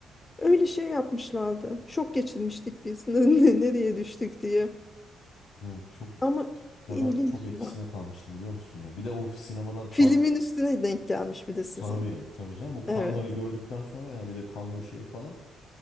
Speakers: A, on the left; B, on the left.
A: Öyle şey yapmışlardı. Şok geçirmiştik biz. <laughs> Nereye düştük diye.
B: Hı, Çok
A: Ama
B: Ya
A: ilginç
B: ben çok etkisine
A: ya.
B: kalmıştım biliyor musun ya. Bir de o sinemadan
A: Filmin
B: kan
A: üstüne denk gelmiş bir de sizin.
B: tabii tabii canım bu kanları
A: Evet.
B: gördükten sonra ya bir de kanlı şey falan